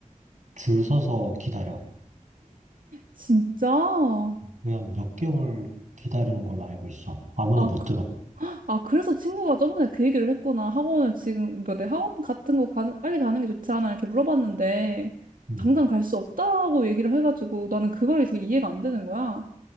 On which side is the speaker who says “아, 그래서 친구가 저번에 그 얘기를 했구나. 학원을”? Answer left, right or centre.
Right